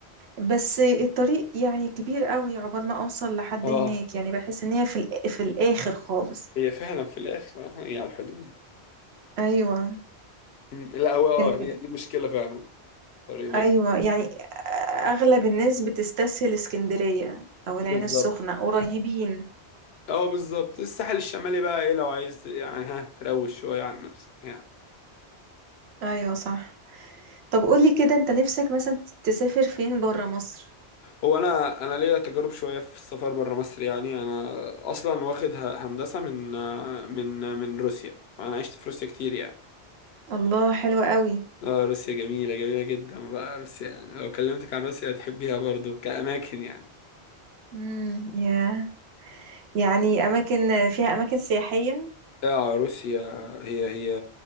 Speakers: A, on the right; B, on the left.
A: بس الطريق يعني كبير قوي عقبال ما اوصل لحد
B: اه
A: هناك يعني بحس ان هي في الآ- في الاخر خالص
B: هي فعلا في الآخر آه، هي على الحدود
A: ايوه
B: مم، لا هو اه
A: إن-
B: هي دي مشكلة فعلا طريق بعيد
A: ايوه يعني اغلب الناس بتستسهل اسكندرية او العين
B: بالظبط
A: السخنة قريبين
B: اه بالظبط الساحل الشمالي بقى ايه لو عايز يعني ها تروش شوية عن نفسك يعني
A: ايوه صح طب قولي كده انت نفسك مثلا تسافر فين برا مصر
B: هو انا انا ليا تجارب شوية في السفر بره مصر يعني انا اصلا واخد ه- هندسة من آه، من آه، من روسيا فانا عشت في روسيا كتير يعني
A: الله حلوة قوي
B: اه روسيا جميلة جميلة جدا بقى روسيا يعني لو كلمتك عن روسيا هتحبيها برضو كأماكن يعني
A: امم يا يعني اماكن فيها اماكن سياحية
B: اه روسيا هي هي